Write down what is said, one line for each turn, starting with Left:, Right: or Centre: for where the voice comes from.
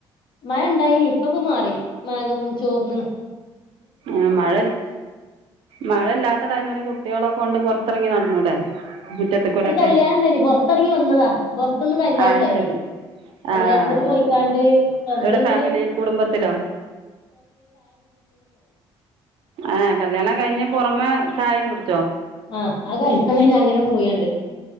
Left: മഴ ഇണ്ടായിനീ ഇപ്പൊക്കെ മാറി മാകം ചോർന്ന്‌ണ്
Right: ആ മഴ മഴയില്ലാത്ത ടൈമില് കുട്ടി ളൊക്കെ കൊണ്ട് പൊറ ത്തി എറങ്ങി നടന്നൂടെ മുറ്റത്ത് കൂടെയൊക്കെ
Left: ഒര് കല്യാണണ്ടായിനി പൊർത്തെറങ്ങി വന്നതാ പൊർത്ത്ന്ന് കല്യാണം
Right: ആ
Left: ഇണ്ടായിനി
Right: അത് ശരി
Left: കല്യാണത്തിന്
Right: ആ അത്
Left: പോയിക്കാണ്ട്
Right: ശരി
Left: അയുട്ന്നെന്നെ
Right: എവിടെ ഫാമിലിയിൽ കുടുംബത്തിലോ ആ കല്യാണം കഴിഞ്ഞ പൊറമെ ചായിം കുടി
Left: ആ അയ് കല്യാണം കഴിഞ്ഞ് അങ്ങനെ പോയി ആണ്ട്